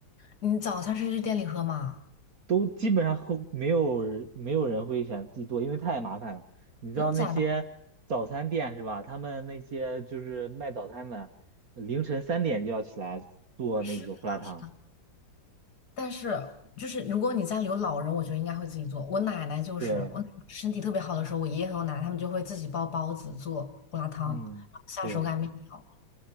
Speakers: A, on the left; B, on the right.
A: 你早餐是去店里喝吗？
B: 都基本上喝没有人没有人会选自己做，因为太麻烦了。你知道那些早餐店是吧？
A: 真的假的？
B: 他们那些就是卖早餐的，凌晨三点就要起来做那个胡辣汤。
A: 是的，是的。但是就是如果你家里有老人，我觉得应该会自己做。我奶奶就是我奶奶身体特别好的时候，
B: 对，
A: 我爷爷和我奶奶他们就会自己包包子、做胡辣汤，
B: 嗯，
A: 然后下手擀面条。
B: 对。